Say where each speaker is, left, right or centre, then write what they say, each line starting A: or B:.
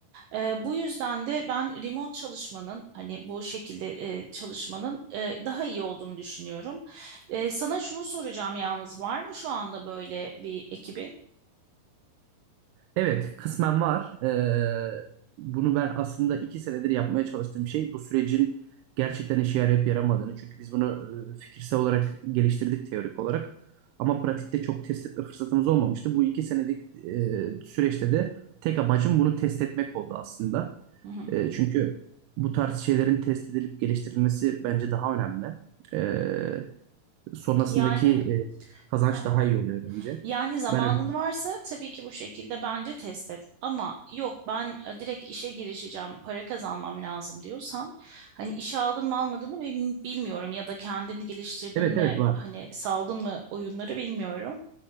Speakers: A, on the right (about 65°); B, on the right (about 85°).
A: E, bu yüzden de ben remote çalışmanın hani bu şekilde e, çalışmanın e, daha iyi olduğunu düşünüyorum. E, sana şunu soracağım yalnız var mı şu anda böyle bir ekibin?
B: Evet, kısmen var. Ee, bunu ben aslında iki senedir yapmaya çalıştığım şey bu sürecin gerçekten işe yarayıp yaramadığını. Çünkü biz bunu e, fikirsel olarak geliştirdik teorik olarak. Ama pratikte çok test etme fırsatımız olmamıştı. Bu iki senelik e, süreçte de tek amacım bunu test etmek oldu aslında.
A: Hı hı.
B: E, çünkü bu tarz şeylerin test edilip geliştirilmesi bence daha önemli. E, sonrasındaki
A: Yani
B: e, kazanç
A: hı
B: daha iyi oluyor bence.
A: Yani zamanın
B: Ben öyle.
A: varsa tabii ki bu şekilde bence test et. Ama yok ben e, direkt işe girişeceğim, para kazanmam lazım diyorsan hani işe aldın mı almadın mı emin- bilmiyorum ya da kendini geliştirdin
B: Evet
A: mi
B: evet var.
A: hani saldın mı oyunları bilmiyorum.